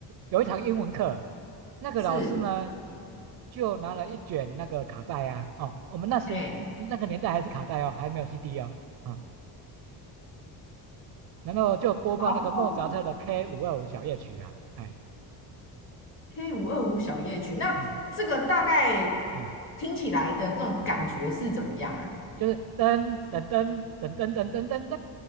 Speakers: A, on the right; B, on the left.
A: 有一堂英文课，那个老师呢，
B: 是，
A: 就拿了一卷那个卡带啊，哦，我们那时那个年代还是卡带哦，
B: 对，
A: 还没有 CD 哦，啊、然后就播放那个莫扎特的
B: 好
A: K 五二五小夜曲啊，哎，
B: ，K 五二五小夜曲。那这个大概
A: 哎，嗯，
B: 听起来的这种感觉是怎么样啊？
A: 就是噔噔噔噔噔噔噔噔噔